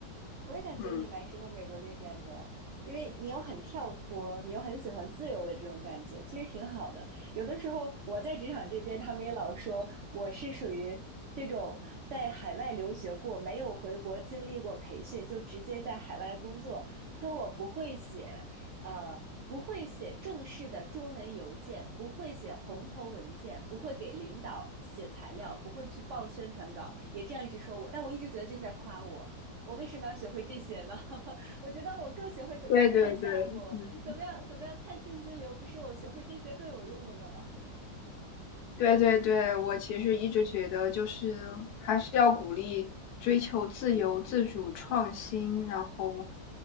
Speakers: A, on the right; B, on the left.
A: 我也感觉你蛮适合美国那边的，
B: 嗯，
A: 因为你又很跳脱，你又很喜欢自由的这种感觉，其实挺好的。有的时候我在职场这边，他们也老说我是属于这种在海外留学过，没有回国经历过培训，就直接在海外工作，说我不会写，呃，不会写正式的中文邮件，不会写红头文件，不会给领导写材料，不会去报宣传稿，也这样一直说我，但我一直觉得这是在夸我。我为什么要学会这些呢？<laughs> 我觉得我更学会怎么样看项目，
B: 对对对，嗯。
A: 怎么样怎么样看现金流，不是我学会这些更有用的吗？
B: 对对对，我其实一直觉得，就是还是要鼓励追求自由、自主、创新。然后，